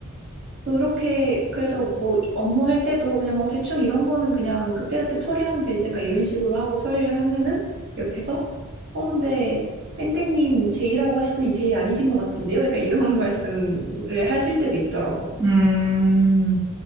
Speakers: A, on the right (about 55°); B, on the right (about 15°).
A: 그렇게, 그래서 뭐 업무할 때도 그냥 뭐 대충 이런 거는 그냥 그때그때 처리하면 되지. 약간 이런 식으로 하고 처리를 하면은 옆에서, 어, 근데 땡땡님 제이라고 하시더니 제이 아니신 것 같은데요? 약간 이런 <laughs> 말씀을 하실 때도 있더라고.
B: 음, 음. 음,